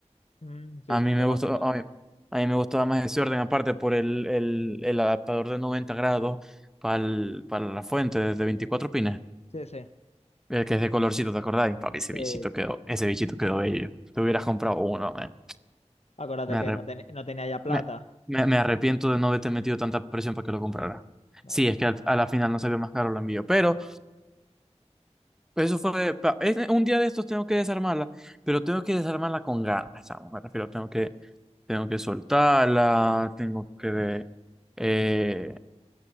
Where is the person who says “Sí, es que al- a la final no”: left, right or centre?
Centre